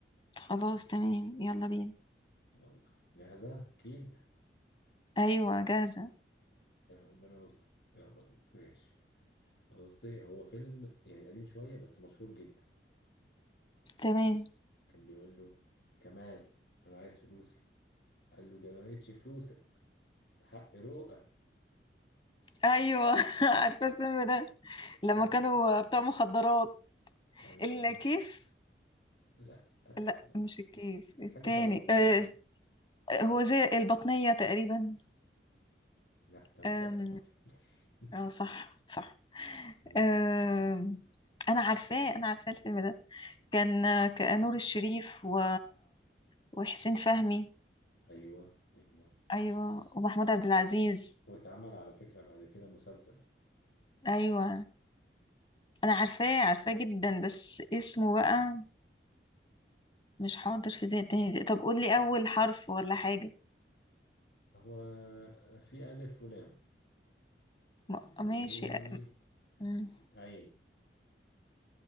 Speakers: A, on the left; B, on the left.
A: خلاص تمام يلا بينا
B: يلا جاهزه اكيد
A: ايوه جاهزه
B: يا ربنا يستر يلا بينا ماشي بصي هو فيلم يعني قديم شوية بس مشهور جدا
A: تمام
B: كان بيقول له كمال أنا عايز فلوسي قال له ده ما بقتش فلوسك ده حق روقك
A: ايوه <laughs> عارفه الفيلم ده
B: <laughs>
A: لما كانوا بتاع مخدرات
B: أيوه
A: الكيف
B: لا
A: لا
B: لا
A: مش الكيف التاني
B: حاجة شبهه حاجة
A: آه
B: شبهه
A: هو زي البطنيه تقريبا
B: لا ده مسلسل
A: آم،
B: أصلا <laughs>
A: اه صح صح
B: مم.
A: آم، انا عارفاه انا عارفاه الفيلم ده كان آه، نور الشريف و... وحسين فهمي
B: أيوه أيوه
A: ايوه ومحمود عبد العزيز
B: واتعمل على فكرة بعد كده مسلسل
A: ايوه انا عارفاه عارفاه جدا بس اسمه بقى مش حاضر في ذهني تاني طب قول لي اول حرف ولا حاجه
B: هو في ألف ولام
A: م-
B: وعين
A: ماشي مم.
B: إيه